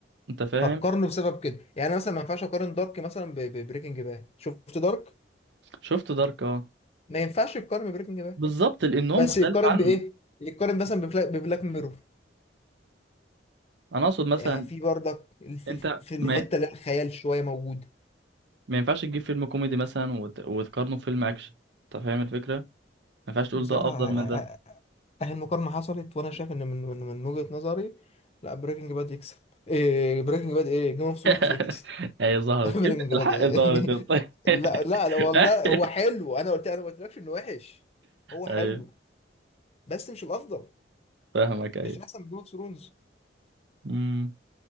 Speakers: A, on the right; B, on the left.
A: انت فاهم
B: فقارنوا بسبب كده يعني أنا مثلا ما ينفعش أقارن دارك مثلا ببريكنج باد شفت دارك
A: شفت دارك اه
B: ما ينفعش يقارن ببريكنج باد
A: بالظبط لان هو
B: بس
A: مختلف
B: يقارن
A: عنه
B: بإيه يقارن مثلا ببلا- ببلاك ميرور
A: انا اقصد مثلا
B: يعني في برضك في
A: انت
B: في الحتة
A: ما,
B: اللي هي الخيال شوية موجود
A: ما ينفعش تجيب فيلم كوميدي مثلا وت... وتقارنه بفيلم اكشن انت فاهم الفكره ما ينفعش تقول
B: بصراحة
A: ده افضل
B: أ-
A: من ده
B: أ- أهي المقارنة حصلت وأنا شايف إن من من من وجهة نظري لا بريكنج باد يكسب إيه بريكنج باد إيه جيم اوف ثرونز
A: <laughs>
B: يكسب
A: هي ظهرت
B: <laughs> بريكنج
A: كلمه الحق
B: باد ايه
A: ظهرت
B: <laughs>
A: يا اسطى.
B: لا لا
A: <laughs>
B: لا والله هو حلو انا قلت انا ما قلتلكش انه وحش هو حلو
A: ايوه
B: بس مش الافضل
A: فاهمك ايوه
B: مش احسن من جيم اوف ثرونز
A: امم